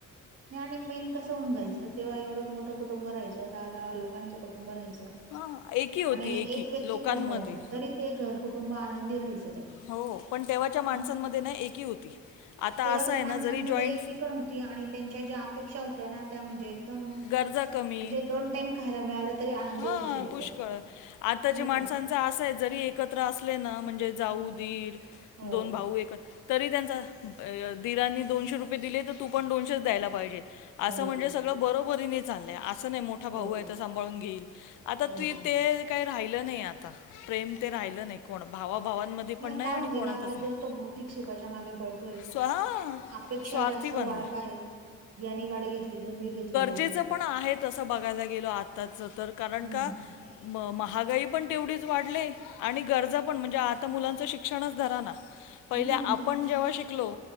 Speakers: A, on the right; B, on the left.
A: आणि मेन कसं होऊन जायचं तेव्हा एवढं मोठं कुटुंब राहायचं दहा दहा लोकांच कुटुंब राहायचं.
B: हां एकी होती
A: आणि
B: एकी
A: एक व्यक्ती
B: लोकांमध्ये
A: कमवायचा तरी ते घर कुटुंब आनंदी राहायचं ताई.
B: हो पण तेव्हाच्या माणसांमध्ये
A: ह
B: ना एकी होती. आता
A: तेव्हाच्या
B: असं आहे
A: माणसांमध्ये
B: ना जरी जॉईंट
A: एकी पण होती आणि त्यांच्या ज्या अपेक्षा होत्या ना त्या म्हणजे दम म्हणजे
B: गरजा कमी
A: दोन टाइम खायला मिळालं तरी आनंदी
B: हां
A: राहायचे लोक
B: पुष्कळ.
A: ते.
B: आताच्या
A: नाही
B: माणसांच
A: का
B: आसय जरी एकत्र असले ना म्हणजे जाऊ,
A: हां.
B: दीर,
A: हो
B: दोन भाऊ एक तरी त्यांचा दिरांनी दोनशे रुपये दिले तर तू पण दोनशेच द्यायला पाहिजेत. असं
A: हो
B: म्हणजे सगळं बरोबरीने चाललंय असं नाही मोठ ठा भाऊ
A: हो
B: आहे तर सांभाळून घेईल आता
A: हो
B: तु ते काही राहिलं नाही आत ता प्रेम ते राहिलं नाही कोण भावाभावांमध्ये
A: नाही
B: पण
A: काय
B: आणि
A: होऊन
B: कोणातच
A: गेला आता
B: नाही.
A: जो तो भौतिक सुखाच्या मागे पळतोय
B: स्व हां.
A: आ पेक्षा
B: स्वार्थी
A: जास्त
B: बनलंय.
A: वाढताय याने गाडी घेतली तर मी घेतली पाहि
B: जेच पण आहे तसं बघायला गेलो आताच तर कारण
A: हम्म
B: का म महागाई पण तेवढीच वाढली आणि गरजा पण म्हणजे आता मुलांचं शिक क्षणच धरा ना पहिले
A: हम्म
B: आपण जेव्हा शिकलो